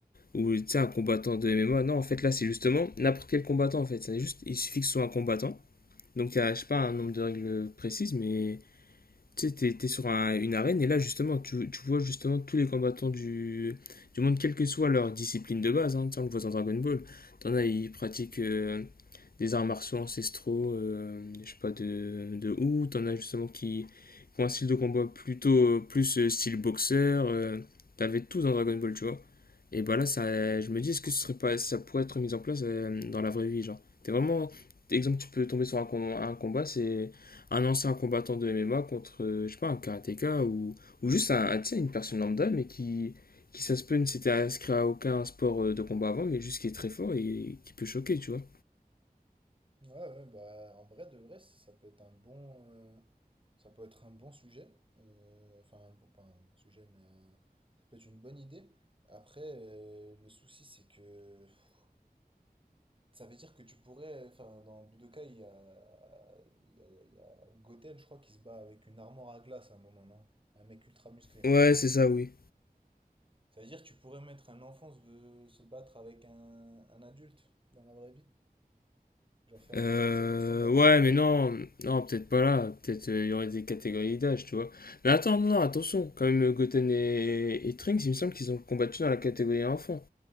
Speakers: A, on the left (about 70°); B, on the right (about 35°).
A: ou tu sais, un combattant de MMA. Non, en fait là, c'est justement n'importe quel combattant en fait. C'est juste, il suffit que ce soit un combattant. Donc il y a, je sais pas, un nombre de règles précises, mais tu sais, t'es, t'es sur un- une arène et là, justement, tu, tu vois justement tous les combattants du, du monde, quelle que soit leur discipline de base. Hein, Tu sais, on le voit dans Dragon Ball. T'en as, ils pratiquent euh, des arts martiaux ancestraux, euh, je sais pas, de, de où. T'en as justement qui, qui ont un style de combat plutôt euh, plus euh, style boxeur. euh, T'avais tout dans Dragon Ball, tu vois. Et bah là, ça, je me dis, est-ce que ce serait pas, ça pourrait être mis en place euh, dans la vraie vie, genre. T'es vraiment, exemple, tu peux tomber sur un, com- un combat, c'est un ancien combattant de MMA contre, euh, je sais pas, un karatéka ou, ou juste un, un- tu sais, une personne lambda, mais qui, qui ça se peut, ne s'était inscrit à aucun sport euh, de combat avant, mais juste qui est très fort et qui peut choquer, tu vois.
B: Ouais, ouais, bah, en vrai, de vrai, ça peut être un bon, euh, ça peut être un bon sujet. Euh, enfin, un bon- pas un bon sujet, mais un- ça peut être une bonne idée. Après, euh, le souci, c'est que pff, ça veut dire que tu pourrais, enfin, dans Budokai, il y a, il y a, il y a Goten, je crois, qui se bat avec une armoire à glace à un moment, non? Un mec ultra musclé.
A: Ouais, c'est ça, oui.
B: Ça veut dire que tu pourrais mettre un enfant se, se battre avec un, un adulte dans la vraie vie. Genre faire
A: Euh,
B: un truc comme ça, genre sans catégorie
A: ouais,
B: d'âge.
A: mais non, non, peut-être pas là. Peut-être euh, il y aurait des catégories d'âge, tu vois. Mais attends, non, non, attention. Quand même, Goten et, et Trunks, il me semble qu'ils ont combattu dans la catégorie enfant.